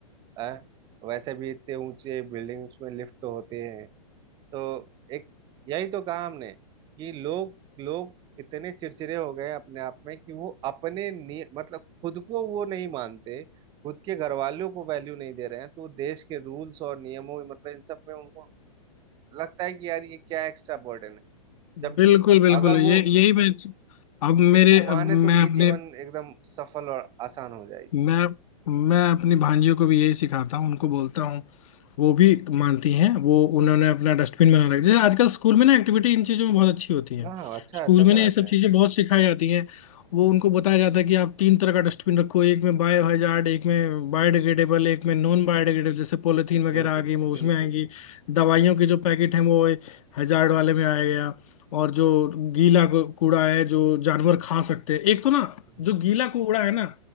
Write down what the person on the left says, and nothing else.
बिल्कुल बिल्कुल
ये
यही मैं अब
मेरे
अब
मैं
अपने
मैं मैं अपनी भांजियों को भी यही सिखाता हूँ उनको बोलता हूँ वो भी मानती हैं वो उन्होंने अपना डस्टबिन बना रखा जैसे आजकल स्कूल में ना एक्टिविटी इन चीज़ों में बहुत अच्छी होती है
स्कूल
में
ना ये सब
चीज़ें बहुत सिखाई जाती हैं वो उनको बताया जाता है कि आप तीन तरह का डस्टबिन रखो एक में बायो हजार्ड एक में बायोडिग्रेडेबल एक में नॉन बायोडिग्रेडेबल जैसे पॉलीथीन वगैरह
आ गई वो
उसमें आएगी दवाइयों के जो पैकेट हैं वो हजार्ड वाले में आ गया और जो गीला कू- कूड़ा है जो जानवर खा सकते हैं एक तो ना
जो गीला कूड़ा है ना